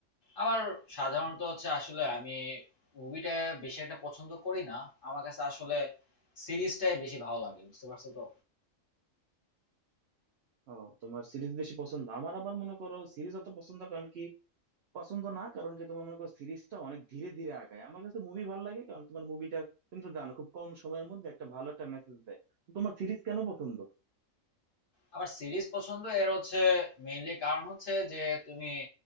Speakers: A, on the left; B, on the right.
A: আমার সাধারণত হচ্ছে আসলে আমি মুভিটা বেশি একটা পছন্দ করি না আমার কাছে আসলে সিরিজটাই বেশি ভালো লাগে বুঝতে পারছো তো
B: ও তোমার সিরিজ বেশি পছন্দ আমার আবার মনে করো সিরিজ অত পছন্দ কারণ কি পছন্দ না কারণ কি তোমার মনে করো সিরিজটা অনেক ধীরে ধীরে আগায় আমার কাছে মুভি ভালো লাগে কারণ তোমার মুভিটা তুমি তো জানো খুব কম সময়ের মধ্যে একটা ভালো একটা মেসেজ দেয় তো তোমার সিরিজ কেন পছন্দ
A: আমার সিরিজ পছন্দ এর হচ্ছে মেইনলি কারণ হচ্ছে যে তুমি